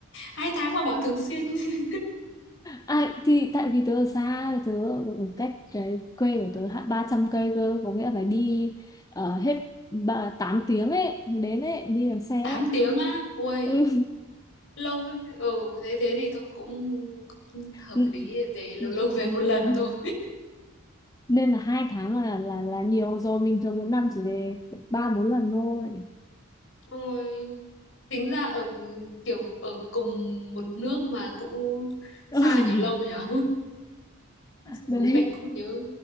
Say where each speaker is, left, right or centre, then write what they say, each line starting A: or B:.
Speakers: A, on the left (about 60°); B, on the left (about 15°).
A: hai tháng mà bảo thường xuyên <laughs>
B: À, thì tại vì tớ ở xa tớ ở ở cách cái quê của tớ hạ 300 cây cơ có nghĩa là phải đi ờ, hết ba- 8 tiếng ấy mới đến ấy đi bằng xe ấy.
A: tám tiếng á ui
B: Ừ.
A: lâu ấy ừ thế thế thì thôi cũng, cũng hợp
B: Ừ,
A: lý về lâu
B: ừ.
A: lâu về một lần
B: <laughs>
A: thôi
B: nên là hai tháng là là là nhiều rồi mình thường một năm chỉ về ba bốn lần thôi
A: Xong tính ra ở kiểu ở cùng một nước mà cũng xa
B: <laughs>
A: nhà lâu nhở <laughs>
B: đấy
A: bố mẹ cũng nhớ